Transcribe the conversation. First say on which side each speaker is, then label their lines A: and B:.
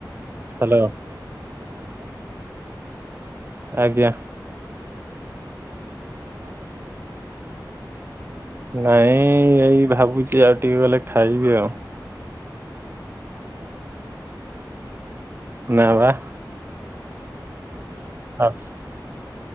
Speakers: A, on the right; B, on the right.
A: ହଁ
B: ହ୍ୟାଲୋ
A: କିଏ ଥିଲେ ଚୀତରାନବର।
B: ଆଜ୍ଞା।
A: ମୁଁ କହିଲି ଆଉ କଣ କରିୁଥିଲେ ଏଇନା?
B: ନାଇଁ ଏଇ ଭାବୁଛି ଆଉ ଟିକେ ଗଲେ ଖାଇବି ଆଉ।
A: ଖାଇନା ଏ ପର୍ଯ୍ୟନ୍ତ?
B: ନା ପା।
A: ଆ ଗାଧୋଇ ସାଇଲଣି?
B: <inaudible>